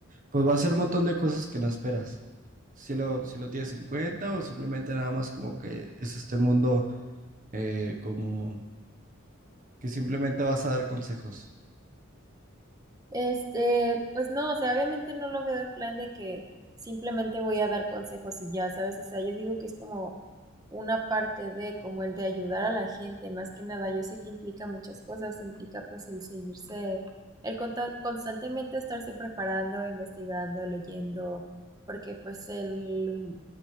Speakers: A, on the right; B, on the right.
A: pues va a ser un montón de cosas que no esperas. Si lo, si lo tienes en cuenta o simplemente nada más como que es este mundo eh, como que simplemente vas a dar consejos.
B: Este, pues no, o sea, obviamente no lo veo en plan de que simplemente voy a dar consejos y ya, ¿sabes? O sea, yo digo que es como una parte de, como el de ayudar a la gente, más que nada, yo sé que implica muchas cosas, implica pues el seguirse, el conta- constantemente estarse preparando, investigando, leyendo, porque pues el,